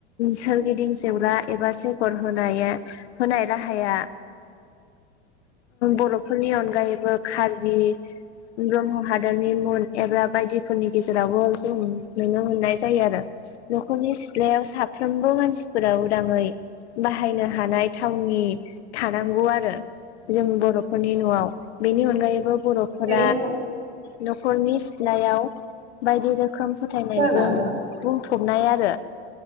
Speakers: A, on the left (about 75°); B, on the right (about 40°).
A: सोरगिदिं जेब्ला एबा सोगर होनाया होनाय राहाया बर'फोरनि अनगायैबो कार्बि ब्रह्म हादरनि <unintelligible> एबा बायदिफोरनि गेजेरावबो जों नुनो मोननाय जायो आरो न'खरनि सिथ्लायाव साफ्रोमबो मानसिफोरा उदाङै बाहायनो हानाय थावनि थानांगौ आरो जों बर' फोरनि न'आव बेनि अनगायैबो बर' फोर
B: हेलौ नोंथां
A: न'खरनि सिथ्लायाव बायदि रोखोम फोथायनायजों
B: खोनादोंना नोंथाङा
A: बुंफबनाय आरो